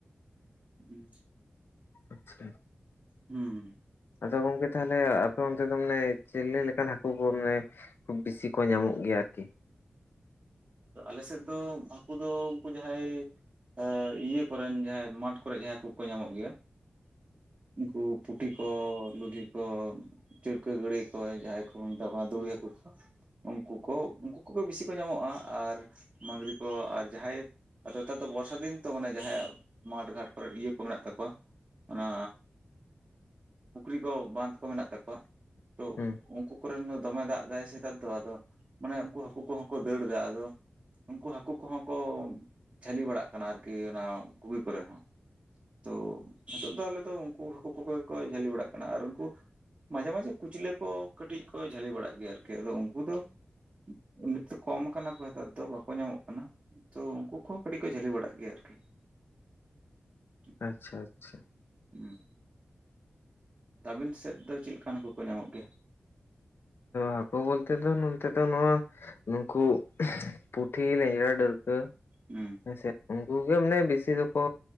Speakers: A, on the right; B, on the left.
A: ᱦᱩᱸ᱾
B: ᱟᱪᱪᱷᱟ
A: ᱦᱩᱸ,
B: ᱟᱫᱚ ᱜᱚᱝᱠᱮ ᱛᱟᱦᱚᱞᱮ ᱟᱯᱮ ᱚᱱᱛᱮ ᱢᱟᱱᱮ ᱪᱤᱞᱤ ᱞᱮᱠᱟᱱ ᱦᱟᱹᱠᱩ ᱠᱚ ᱢᱟᱱᱮ ᱵᱤᱥᱤ ᱠᱚ ᱧᱟᱢᱚᱜ ᱜᱮᱭᱟ ᱟᱨᱠᱤ?
A: ᱟᱞᱮ ᱥᱮᱫ ᱫᱚ ᱦᱟᱹᱠᱩ ᱫᱚ ᱩᱱᱠᱩ ᱡᱟᱦᱟᱸᱭ ᱮᱸ ᱤᱭᱟᱹ ᱠᱚᱨᱮᱱ ᱡᱟᱦᱟᱸᱭ ᱢᱟᱴᱷ ᱠᱚᱨᱮ ᱡᱟᱦᱟᱸ ᱠᱚ ᱠᱚ ᱧᱟᱢᱚᱜ ᱜᱮᱭᱟ, ᱩᱱᱠᱩ ᱯᱩᱴᱤ ᱠᱚ ᱞᱩᱞᱦᱤ ᱠᱚ, ᱪᱟᱹᱲᱠᱟᱹ ᱜᱟᱹᱲᱟᱹᱭ ᱠᱚ ᱡᱟᱦᱟᱸᱭ ᱠᱚᱵᱚᱱ ᱢᱮᱛᱟ ᱠᱚ ᱠᱟᱱᱟ ᱫᱩᱸᱲᱤ ᱦᱟᱹᱠᱩ ᱠᱚ ᱩᱱᱠᱩ ᱠᱚ ᱩᱱᱠᱩ ᱠᱚᱜᱮ ᱵᱮᱥᱤ ᱠᱚ ᱧᱟᱢᱚᱜᱼᱟ ᱟᱨ ᱢᱟᱝᱜᱽᱨᱤ ᱠᱚ ᱟᱨ ᱡᱟᱦᱟᱸᱭ ᱟᱫᱚ ᱱᱮᱛᱟᱨ ᱫᱚ ᱵᱚᱨᱥᱟ ᱫᱤᱱ ᱛᱚ ᱢᱟᱱᱮ ᱡᱟᱦᱟᱸᱭᱟᱜ ᱢᱟᱴᱷ ᱜᱷᱟᱴ ᱠᱚᱨᱮ ᱤᱭᱟᱹ ᱠᱚ ᱢᱮᱱᱟᱜ ᱛᱟᱠᱚᱣᱟ ᱚᱱᱟ ᱯᱩᱠᱷᱨᱤ ᱠᱚ ᱵᱟᱸᱫᱷ ᱠᱚ ᱢᱮᱱᱟᱜ ᱛᱟᱠᱣᱟ᱾ ᱛᱚ
B: ᱦᱩᱸ
A: ᱩᱱᱠᱩ ᱠᱚᱨᱮᱱ ᱫᱚ ᱫᱚᱢᱮ ᱫᱟᱜ ᱮᱫᱟ ᱥᱮᱛᱟᱨ ᱫᱚ ᱟᱫᱚ ᱢᱟᱱᱮ ᱩᱱᱠᱩ ᱦᱟᱹᱠᱩ ᱠᱚᱦᱚᱸ ᱠᱚ ᱫᱟᱹᱲ ᱮᱫᱟ ᱟᱫᱚ᱾ ᱟᱫᱚ ᱩᱱᱠᱩ ᱦᱟᱹᱠᱩ ᱠᱚ ᱦᱚᱸ ᱠᱚ ᱡᱷᱟᱹᱞᱤ ᱵᱟᱲᱟᱜ ᱠᱟᱱᱟ ᱟᱨᱠᱤ ᱚᱱᱟ ᱠᱩᱜᱤ ᱠᱚᱨᱮ ᱦᱚᱸ ᱾ ᱛᱚ ᱱᱤᱛᱚᱜ ᱫᱚ ᱟᱞᱮ ᱫᱚ ᱩᱱᱠᱩ ᱦᱟᱹᱠᱩ ᱠᱚ ᱜᱮᱠᱚ ᱡᱷᱟᱹᱞᱤ ᱵᱟᱲᱟᱜ ᱠᱟᱱᱟ ᱟᱨ ᱩᱱᱠᱩ ᱢᱟᱡᱷᱮ ᱢᱟᱡᱷᱮ ᱠᱩᱪᱞᱟᱹ ᱠᱚ ᱠᱟᱹᱴᱤᱡ ᱠᱚ ᱡᱷᱟᱹᱞᱤ ᱵᱟᱲᱟᱜ ᱜᱮᱭᱟ ᱟᱨᱠᱤ ᱟᱫᱚ ᱩᱱᱠᱩ ᱫᱚ ᱮᱢᱱᱤᱛᱮ ᱠᱚᱢ ᱠᱟᱱᱟ ᱾ ᱦᱮᱛᱟᱨ ᱫᱚ ᱵᱟᱠᱚ ᱧᱟᱢᱚᱜ ᱠᱟᱱᱟ, ᱛᱚ ᱩᱱᱠᱩ ᱠᱚᱦᱚᱸ ᱠᱟᱹᱴᱤᱡ ᱠᱚ ᱡᱷᱟᱹᱞᱤ ᱵᱟᱲᱟᱜ ᱜᱮᱭᱟ ᱟᱨᱠᱤ᱾ <unintelligible>
B: ᱟᱪᱪᱷᱟ ᱟᱪᱪᱷᱟ᱾
A: ᱦᱩᱸ᱾ ᱛᱟᱹᱵᱤᱞ ᱥᱮᱫ ᱫᱚ ᱪᱮᱫ ᱞᱮᱠᱟᱱ ᱦᱟᱹᱠᱩ ᱠᱚ ᱧᱟᱢᱚᱜ ᱜᱮᱭᱟ?
B: ᱦᱟᱹᱠᱩ ᱵᱚᱞ ᱛᱮ ᱫᱚ ᱱᱳᱱᱛᱮ ᱫᱚ ᱱᱚᱣᱟ ᱱᱩᱠᱩ ᱯᱩᱴᱷᱤ, ᱞᱮᱸᱡᱲᱟ, ᱰᱟᱹᱲᱠᱟᱹ ᱾
A: ᱦᱩᱸ ᱾
B: ᱦᱮᱸ ᱥᱮ ᱩᱱᱠᱩ ᱜᱮ ᱢᱟᱱᱮ ᱵᱤᱥᱤ ᱫᱚᱠᱚ